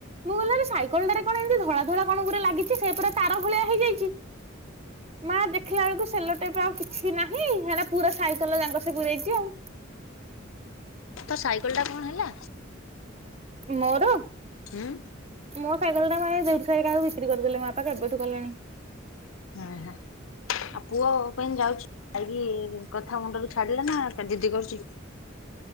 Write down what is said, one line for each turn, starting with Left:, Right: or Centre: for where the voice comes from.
Right: ମୁଁ ଗଲାରେ ସାଇକଲ୍ଟାରେ କଣ ଏମତି ଧଳା ଧଳା କଣଗୁରା ଲାଗିଛି ସେପଟ ତାର ଭଳିଆ ହେଇଯାଇଚି ମା ଦେଖିଲା ବେଳକୁ ସେଲୋଟେପ୍ ଆଉ କିଛି ନାହିଁ ହେରା ପୁରା ସାଇକଲ ଯାଙ୍କ ସେ ଗୁରେଇଚି ଆଉ
Left: ତୋ ସାଇକଲ ଟା କଣ ହେଲା।
Right: ମୋର
Left: ହଁ।
Right: ମୋ ସାଇକେଲଟାକୁ ଆଣି ଦେଉର ସାହିରେ କାହାକୁ ବିକ୍ରି କରିଦେଲେ ମା ବାପା କେବେଠୁ କଲେଣି।
Left: ହୁଁ ହ ଆଉ ପୁଅ ପାଇଁ ଯାଉଛି। କଥା ମୁଣ୍ଡରୁ ଛାଡିଲେ ନା ଜିଦି କରୁଛି।